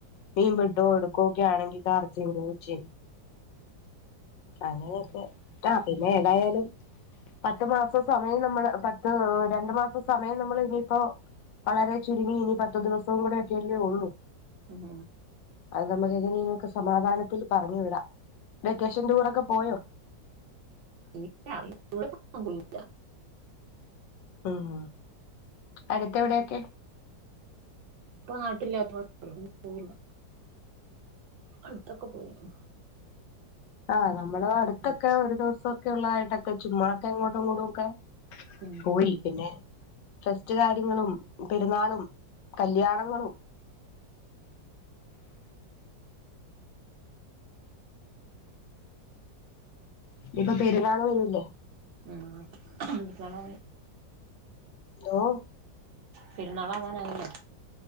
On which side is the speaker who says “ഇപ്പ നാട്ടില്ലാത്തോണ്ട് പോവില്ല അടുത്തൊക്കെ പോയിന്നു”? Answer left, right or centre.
Right